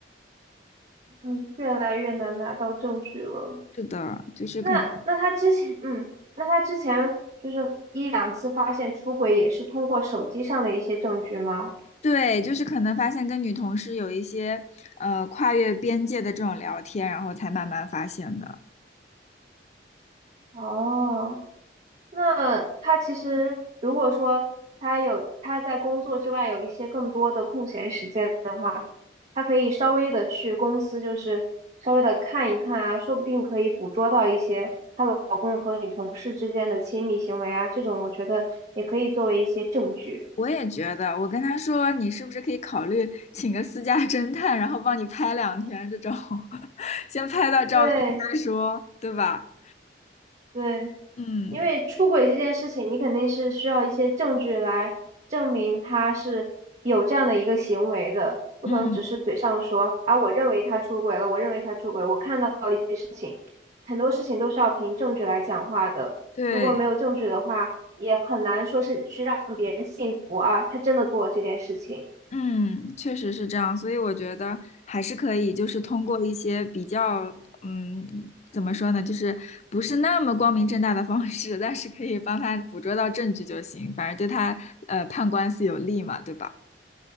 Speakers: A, on the right (about 40°); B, on the left (about 40°).
A: 嗯，越来越难拿到证据了。
B: 是的，就是可能。
A: 那那他之前，嗯，那他之前就是一两次发现出轨，也是通过手机上的一些证据吗？
B: 对，就是可能发现跟女同事有一些呃跨越边界的这种聊天，然后才慢慢发现的。
A: 哦，那他其实如果说他有他在工作之外有一些更多的空闲时间的话，他可以稍微的去公司，就是稍微的看一看啊，说不定可以捕捉到一些她老公和女同事之间的亲密行为啊，这种我觉得也可以作为一些证据。
B: 我也觉得，我跟他说你是不是可以考虑请个私家侦探，然后帮你拍两天这种，<laughs> 先拍到照片再说，
A: 对
B: 对吧？
A: 对。
B: 嗯
A: 因为出轨这件事情，你肯定是需要一些证据来证明他是有这样的一个行为的，不能只是嘴上说啊，
B: 嗯，
A: 我认为他出轨了，我认为他出轨，我看到了一些事情，很多事情都是要凭证据来讲话的。
B: 对，
A: 如果没有证据的话，也很难说是去让别人信服啊，他真的做了这件事情。
B: 嗯，确实是这样，所以我觉得还是可以，就是通过一些比较，嗯，怎么说呢，就是不是那么光明正大的方式，但是可以帮他捕捉到证据就行，反正对他呃判官司有利嘛，对吧？